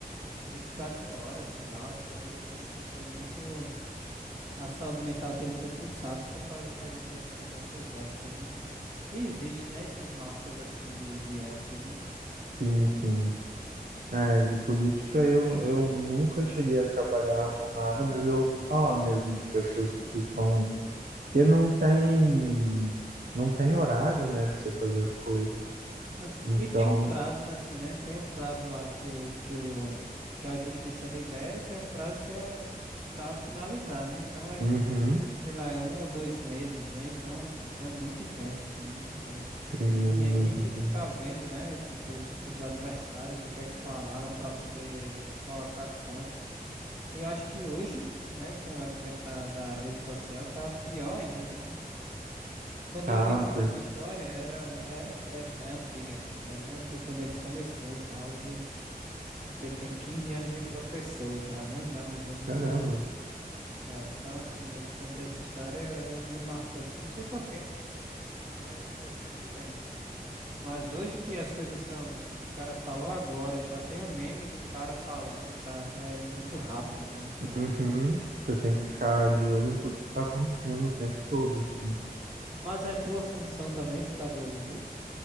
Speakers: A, on the right; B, on the right.
A: 24 horas e tal, então ele disse que foi muito, a saúde mental dele foi pro saco por causa de- dessa- dessas épocas, né? E existe, né, esses marcos assim de, de épocas, né?
B: Sim, sim. É, de política eu, eu nunca cheguei a trabalhar com nada, mas eu ouvi falar mesmo de pessoas que estão que não tem, não tem horário, né, para você fazer as coisas.
A: Não.
B: Então,
A: E tem um prazo, né, assim, né? Tem um prazo lá que o que o que a justiça libera e tem um prazo que é pra finalizar, né? Então é
B: Uhum,
A: sei lá, é um ou dois meses, né? Então, tipo, é muito intenso, pô, é muito intenso.
B: sim, é muito
A: E aí tem que
B: interessante.
A: ficar vendo, né? Tipo, os, os adversários, o que é que falaram pra poder colocar contra. E eu acho que hoje, né, com o advento da, da rede social, tá pior ainda, né? Quando
B: Tá,
A: ele me conta
B: per-
A: essa história, era, é, an- é ve- é antiga essa história, né? Foi quando ele começou e tal. Hoje, tipo, ele tem 15 anos de professor já, né? Já mudou muito
B: caramba.
A: de ramo. É, então assim, ele contou essa história, eu, eu- me marcou assim, não sei porquê Mas eu sempre lembro. Mas hoje que as coisas são, tipo, o cara falou agora, já tem um meme do cara falando, tá? É muito rápido, é muito rápido.
B: Uhum, você tem que ficar de olho em tudo que está acontecendo o tempo todo, assim.
A: Mas é tua função também ficar de olho nisso?